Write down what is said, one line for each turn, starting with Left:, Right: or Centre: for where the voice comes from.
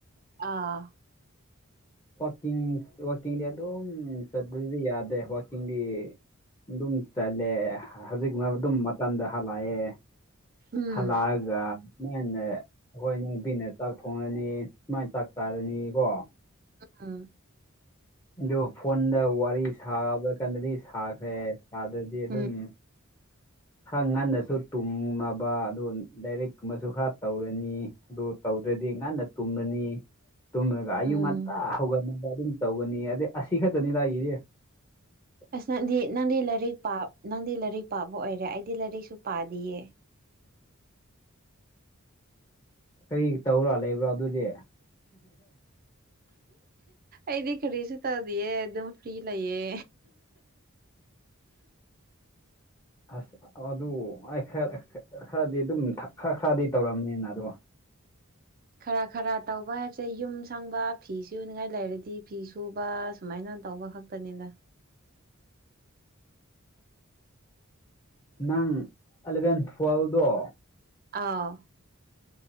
Right: ꯑꯥ
Left: ꯋꯥꯥꯛꯀꯤꯡ ꯋꯥꯛꯀꯤꯡꯗꯤ ꯑꯗꯨꯝ ꯆꯇ꯭ꯔꯗꯤ ꯌꯥꯗꯦ ꯋꯥꯀꯤꯡꯗꯤ ꯑꯗꯨꯝ ꯆꯜꯂꯦ ꯍꯧꯖꯤꯛꯃꯛ ꯑꯗꯨꯝ ꯃꯇꯝꯗ ꯍꯜꯂꯛꯑꯦ
Right: ꯎꯝ
Left: ꯍꯜꯂꯛꯑꯒ ꯉꯟꯅ ꯑꯈꯣꯏ ꯅꯨꯄꯤꯅ ꯆꯥꯛ ꯊꯣꯡꯉꯅꯤ ꯁꯨꯃꯥꯏꯟ ꯆꯥꯛ ꯆꯥꯔꯅꯤ ꯀꯣ
Right: ꯑ
Left: ꯑꯗꯨ ꯐꯣꯟꯗ ꯋꯥꯔꯤ ꯁꯥꯕ ꯀꯥꯟꯗꯗꯤ ꯁꯥꯈ꯭ꯔꯦ ꯁꯥꯗ꯭ꯔꯗꯤ ꯑꯗꯨꯝ
Right: ꯎꯝ
Left: ꯈꯔ ꯉꯟꯅꯁꯨ ꯇꯨꯝꯃꯕ ꯑꯗꯨ ꯂꯥꯏꯔꯤꯛ ꯀꯨꯝꯕꯁꯨ ꯈꯔ ꯇꯧꯔꯅꯤ ꯑꯗꯨ ꯇꯧꯗ꯭ꯔꯗꯤ ꯉꯟꯅ ꯇꯨꯝꯒꯅꯤ ꯇꯨꯝꯂꯒ ꯑꯌꯨꯛ
Right: ꯎꯝ
Left: ꯉꯟꯇꯥ ꯍꯧꯒꯠꯅꯕ ꯑꯗꯨꯝ ꯇꯧꯒꯅꯤꯌꯦ ꯑꯗꯩ ꯑꯁꯤ ꯈꯛꯇꯅꯤ ꯑꯩꯒꯤꯗꯤ <inaudible>
Right: ꯑꯁ ꯅꯪꯗꯤ ꯅꯪꯗꯤ ꯂꯥꯏꯔꯤꯛ ꯄꯥ ꯅꯪꯗꯤ ꯂꯥꯏꯔꯤꯛ ꯄꯥꯕ ꯑꯣꯏꯔꯦ ꯑꯩꯗꯤ ꯂꯥꯏꯔꯤꯛꯁꯨ ꯄꯥꯗꯤꯌꯦ
Left: ꯀꯔꯤ ꯇꯧꯔꯥ ꯂꯩꯕ꯭ꯔꯥ ꯑꯗꯨꯗꯤ
Right: ꯑꯩꯗꯤ ꯀꯔꯤꯁꯨꯨ ꯇꯧꯗꯤꯑꯦ ꯑꯗꯨꯝ ꯐ꯭ꯔꯤ ꯂꯩꯌꯦ
Left: <inaudible> ꯑꯁ ꯑꯗꯨ ꯍꯥꯏ ꯈꯔ ꯈꯔꯗꯤ ꯑꯗꯨꯝ ꯈꯔ ꯈꯔꯗꯤ ꯇꯧꯔꯝꯅꯤꯅ ꯑꯗꯨ
Right: ꯈꯔ ꯈꯔ ꯇꯧꯕ ꯍꯥꯏꯕꯁꯦ ꯌꯨꯝ ꯁꯪꯕ ꯐꯤ ꯁꯨꯅꯤꯉꯥꯏ ꯂꯩꯔꯗꯤ ꯐꯤ ꯁꯨꯕ ꯁꯨꯃꯥꯏꯅ ꯇꯧꯕ ꯈꯛ ꯇꯅꯤꯅ
Left: ꯅꯪ ꯑꯂꯚꯦꯟ ꯐꯣꯜꯗꯣ
Right: ꯑꯥꯎ